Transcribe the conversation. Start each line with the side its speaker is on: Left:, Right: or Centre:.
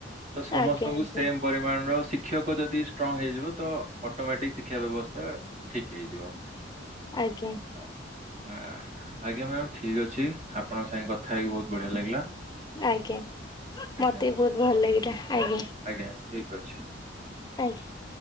Right: ତ ସମସ୍ତଙ୍କୁ
Left: ଆଜ୍ଞା ଆଜ୍ଞା
Right: ସେମ୍ ପରିମାଣର ଶିକ୍ଷକ ଯଦି ଷ୍ଟ୍ରଙ୍ଗ ହେଇଯିବ ତ ଅଟୋମେଟିକ ସି ଶିକ୍ଷା ବ୍ୟବସ୍ଥା ଠିକ୍ ହେଇଯିବ।
Left: ଆଜ୍ଞା।
Right: ଆ, ଆଜ୍ଞା ମ୍ୟାାମ ଠିକ୍ ଅଛି ଆପଣଙ୍କ ସାଙ୍ଗେ କଥା ହେଇକି ବହୁତ ବଢିଆ ଲାଗିଲା।
Left: ଆଜ୍ଞା
Right: ଆଜ୍ଞା
Left: ମତେ ବି ବହୁତ ଭଲ ଲାଗିଲା ଆଜ୍ଞା।
Right: ଆଜ୍ଞା ଠିକ୍ ଅଛି।
Left: ଆଜ୍ଞା।